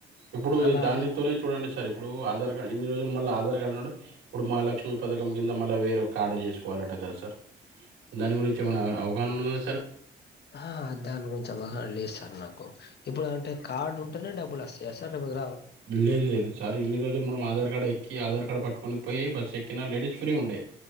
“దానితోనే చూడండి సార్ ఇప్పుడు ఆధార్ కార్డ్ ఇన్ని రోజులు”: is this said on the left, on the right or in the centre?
Right